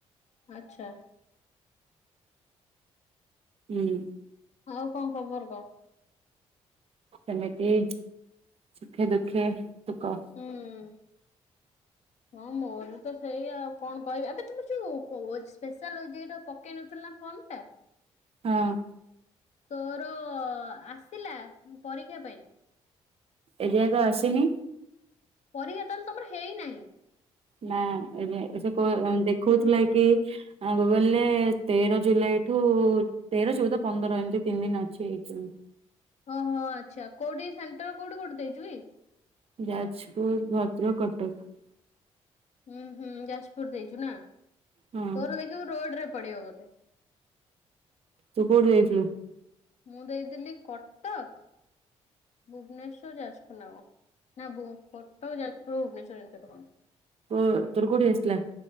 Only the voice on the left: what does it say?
ଆଚ୍ଛା।
ଆଉ କଣ ଖବର କହ?
ହୁଁ ହଁ, ମୋର ତ ସେଇ ଆଉ କଣ କହିବି! ଆବେ ତୁମେ ଯୋଉ କୋଜସ୍ ସ୍ପେଶାଲ ଓ ଜେ ଇ ର ପକେଇନଥିଲୁ ନା ଫର୍ମ ଟା
ତୋର-ଅ ଆସିଲା ପରୀକ୍ଷା ପାଇଁ
ପରୀକ୍ଷା ତାହଲେ ତମର ହେଇନାଇଁ।
ଓହୋ! ଆଚ୍ଛା କୋଉଠି ସେଣ୍ଟର, କୋଉଠି କୋଉଠି ଦେଇଛୁ କି?
ହୁଁ, ହୁଁ, ଯାଜପୁର ଦେଇଛୁ ନା
ତୋର ଦେଖିବୁ, ରୋଡରେ ପଡ଼ିବବୋଧେ
ମୁଁ ଦେଇଥିଲି କଟକ, ଭୁବନେଶ୍ଵର, ଯାଜପୁର ନା କଣ? ନା ବୋଁ କଟକ, ଯାଜପୁର, ଭୁବନେଶ୍ବର ଏମିତିଆ ଟା କଣ ଦେ